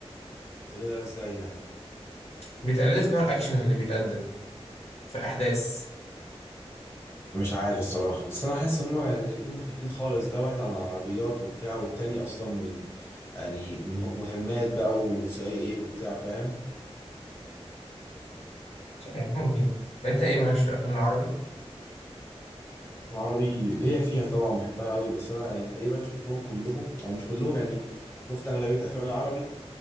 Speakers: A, on the left; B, on the left.
A: بس ليه ده ازاي يعني
B: بيتقلدوا في نوع الأكشن اللي بيتقدم في الأحداث
A: مش عارف الصراحه بس انا حاسس هما الاتنين مختلفين خالص ده واحد عن عربيات وبتاع والتاني اصلا يعني مه- مهمات بقى وسي اي اي وبتاع فاهم
B: مش عارف ممكن أنت إيه مالكش في الأفلام العربي؟
A: عربي ليا فيها طبعا بحبها قوي بس انا يعني تقريبا شفتهم كلهم او مش كلهم يعني شفت اغلبيه افلام العربي